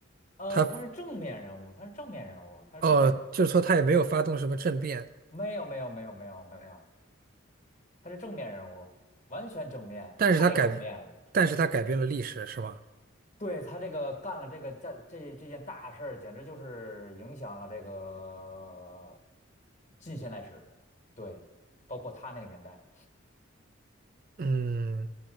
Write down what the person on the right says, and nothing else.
他
哦，就是说他也没有发动什么政变，
但是他改，
但是他改变了历史，是吗？
嗯，